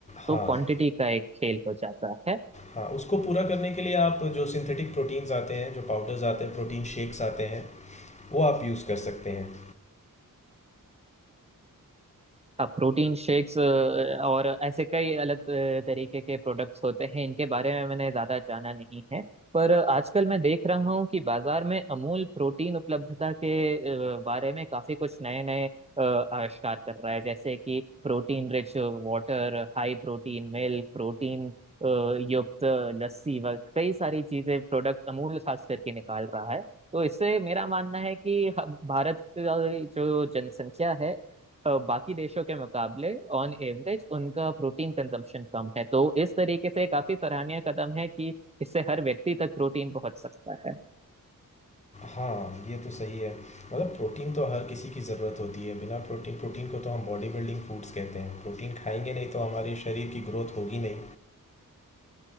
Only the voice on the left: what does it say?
हाँ
हाँ उसको पूरा करने के लिए आप जो सिंथेटिक प्रोटीन्स आते हैं जो पाउडर्स आते हैं प्रोटीन शेक्स आते हैं वो आप यूज़ कर सकते हैं
हाँ ये तो सही है मतलब प्रोटीन तो हर किसी की ज़रूरत होती है बिना प्रोटीन प्रोटीन को तो हम बॉडी बिल्डिंग फूड्स कहते हैं प्रोटीन खाएंगे नहीं तो हमारे शरीर की ग्रोथ होगी नहीं